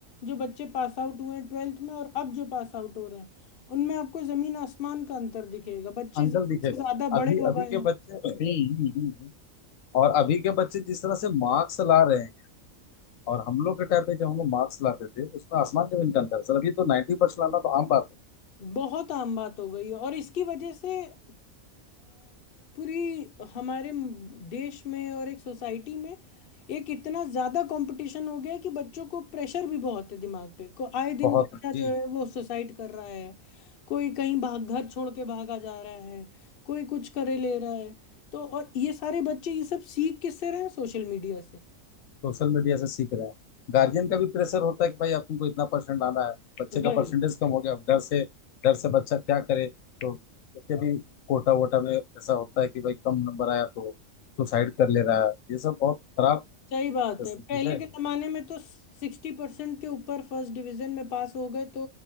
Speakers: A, on the left; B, on the left.
A: जो बच्चे पास आउट हुए हैं ट्वेल्थ में और अब जो पास आउट हो रहे हैं उनमें आपको ज़मीन आसमान का अंतर दिखेगा बच्चे
B: अंदर
A: ज़रूरत
B: दिखेगा
A: से ज़्यादा
B: अभी
A: बड़े हो
B: अभी
A: गए
B: के
A: हैं
B: बच्चे हम्म, और अभी के बच्चे जिस तरह से मार्क्स ला रहे हैं और हम लोग के टाइम पे जब हम लोग मार्क्स लाते थे उसमें आसमान जमीन का अंतर है। सर अभी तो नाइन्टी परसेंट लाना तो आम बात है
A: बहुत आम बात हो गई है और इसकी वजह से अ, पूरी हमारे म- देश में और एक सोसाइटी में एक इतना ज्यादा कंपटीशन हो गया है कि बच्चों को प्रेशर भी बहुत है दिमाग पे को आए दिन
B: बहुत
A: बच्चा
B: है जी
A: जो है वो सुसाइड कर रहा है कोई कहीं भाग घर छोड़ के भागा जा रहा है कोई कुछ करे ले रहा है तो और ये सारे बच्चे ये सब सीख किससे रहे हैं सोशल मीडिया से
B: सोशल मीडिया से सीख रहे हैं गार्जियन का भी प्रेशर होता है कि भाई आपको इतना परसेंट लाना है बच्चे
A: वही
B: का परसेंटेज कम हो गया अब डर से डर से बच्चा क्या करे तो उसके भी कोटा वोटा में ऐसा होता है कि भाई कम नंबर आया तो सुसाइड कर ले रहा है ये सब बहुत खराब
A: सही बात
B: स्थिति
A: है पहले
B: है
A: के जमाने में तो सिक्सटी परसेंट के ऊपर फर्स्ट डिवीजन में पास हो गए तो